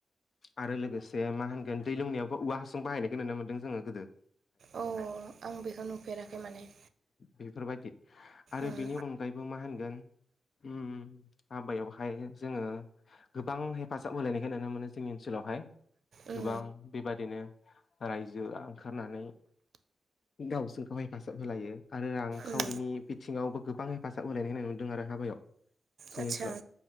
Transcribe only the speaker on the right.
अ आं बेखौ नुफेराखै माने
ओं
उम
उम
आदसा